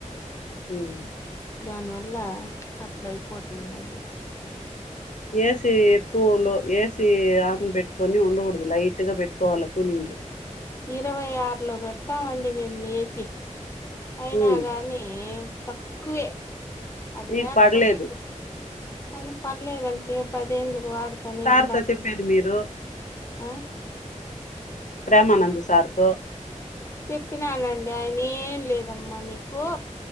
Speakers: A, on the left; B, on the left.
A: ఉమ్
B: దానివల్ల అట్లా అయిపోతుందండి.
A: ఏసి ఎక్కువలో ఏసి ఆన్ పెట్టుకొని ఉండకూడదు. లైట్ గా పెట్టుకోవాల కూలింగ్
B: ఇరవై ఆరులో పెడతామండి. మేము ఏసి అయినా
A: ఉమ్,
B: గాని తక్కువే అది
A: నీకు
B: లేకపోతే
A: పడలేదు
B: కానీ పడలేదంటే పదేళ్ళు. వాడుతనే
A: సార్తో
B: ఉండమండి.
A: చెప్పేది మీరు
B: ఆ
A: ప్రేమానందు సార్తో.
B: చెప్పినానండి ఆయన ఏం లేదమ్మా నీకు